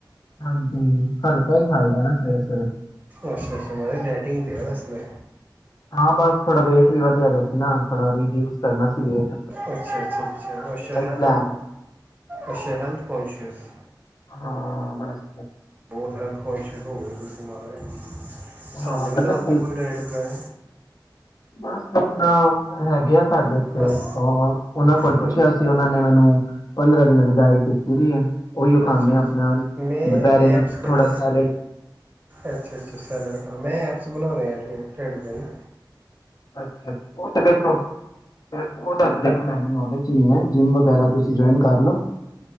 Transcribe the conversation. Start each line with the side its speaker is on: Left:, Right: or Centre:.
Left: ਹਾਂਜੀ ਹਲਕਾ ਹੀ ਖਾਈ ਜਾਣਾ ਫਿਰ ਸਵੇਰੇ ਸਵੇਰੇ
Right: ਅੱਛਾ ਅੱਛਾ ਮਹਾਰਬ ਡੈਟਿੰਗ ਤੇ ਓ ਤੁਸੀਂ ਪੇ
Left: ਹਾਂ ਬਸ ਥਹਾੜਡਾ ਵੇਟ ਵੀ ਵਧੀਆ ਦੱਸੋ ਨਾ ਥੋੜਾ ਰੀਵਿਊਜ਼ ਕਰਨਾ ਸੀ ਵੇਖ
Right: ਅੱਛਾ ਅੱਛਾ ਅੱਛਾ ਅੱਾ ਹੈਲਥ
Left: ਪਲਾਨ
Right: ਅੱ ਹੈਲਥ ਕੋਂਸ਼ਅਸ
Left: ਹਾਂ ਬਸ
Right: ਤੁਰੰਤ ਕੁਈਸ਼ਨ ਹੋ ਗਏ ਤੁਸੀਂ ਮਹਾਰਾ ਸਾਨੂੰ
Left: ਹਾਂ
Right: ਵੀ
Left: ਪਤਾ
Right: ਦੱਸਦੇ
Left: ਕੀ
Right: ਕੋਈ ਲਾਈਟ ਪਲੈਨ
Left: ਬਸ ਆਪਣਾ ਹੈਗੇ ਆ ਸਾਡੇ ਇੱਥੇ
Right: ਅਸ
Left: ਅ ਉਹਨਾਂ ਕੋਲ
Right: ਹਾਂਜੀ
Left: ਪੁੱਛਿਆ ਸੀ ਉਹਨਾਂ ਨੇ ਮੈਨੂੰ ਪੰਦਰਾਂ ਦਿਨਾਂ ਦੀ ਡਾਇਟ ਦੇਖਤੀ ਰੀ ਹੈ ਉਹੀਓ ਖਾਂਦੇ
Right: ਅੱਛਾ
Left: ਆ
Right: ਅੱਛਾ
Left: ਆਪਣਾ
Right: ਮੈਂ
Left: ਦੁਪਹਿਰੇ ਨੂੰ
Right: ਐਪਸ
Left: ਥੋੜਾ
Right: ਕੱਢ
Left: ਸੈਲਡ
Right: ਅੱਛਾ ਅੱਛਾ ਮੈਂ ਅਸੀਂ ਬਣਾਉਣੇ ਆ ਢਿੱਡ ਦਿਨ
Left: ਅੱਛਾ ਅੱਛਾ ਉਹ ਤੇ ਦੇਖੋ ਫਿਰ ਉਹ ਦੱਸ ਦੇਖੋ ਮੈਨੂੰ ਨੋਲੇਜ ਨ ਹੈ ਜਿੰਮ ਵਗੈਰਾ ਤੁਸੀਂ ਜੁਆਇਨ ਕਰ ਲੋ